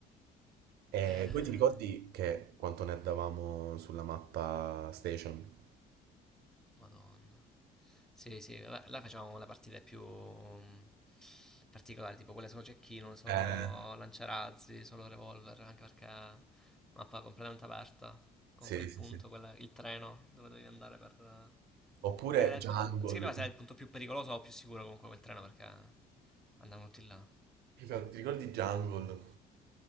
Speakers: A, on the right; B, in the centre.
A: E
B: Eh...
A: poi ti ricordi che quanto ne davamo sulla mappa Station?
B: Madonna. Sì, sì, vabbè, là facevamo le partite più mm, particolari, tipo quelle solo cecchino, solo
A: Eh,
B: lanciarazzi, solo revolver, anche perché mappa completamente aperta, con
A: sì,
B: quel
A: sì,
B: punto,
A: sì.
B: quella- il treno dove dovevi andare per... eh,
A: Oppure
B: Che era il
A: Jungle.
B: punto, non si capiva se era il punto più pericoloso o più sicuro comunque quel treno perché andavano tutti là.
A: Esatto, ti ricordi Jungle?